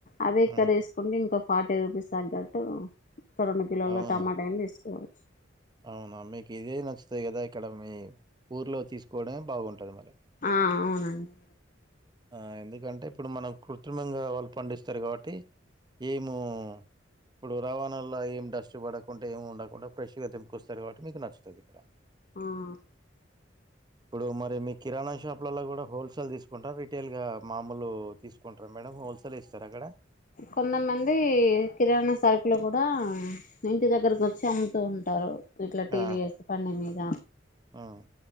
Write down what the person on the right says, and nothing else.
ఆ!
అవునా
అవునా మీకు ఇదే నచ్చుతాయి గదా ఇక్కడ మీ ఊర్లో తీసుకోవడమే బాగుంటది మరి
ఆ ఎందుకంటే ఇప్పుడు మన కృత్రిమంగా వాళ్ళు పండిస్తారు కాబట్టి ఏమో ఇప్పుడు రవాణాల్లో ఏం డస్ట్ పడకుండా ఏమి ఉండకుండా ఫ్రెష్ గా తెంపుకొస్తారు కాబట్టి మీకు నచ్చుతది ఇక్కడ
ఇప్పుడు మరి మీ కిరాణా షాప్లలో కూడా హోల్సేల్ తీసుకుంటారు రిటైయిల్ గా మామూలు తీసుకుంటార మేడం అడ హోల్సేలె ఇస్తాడ అక్కడ
ఆ
హ్మ్.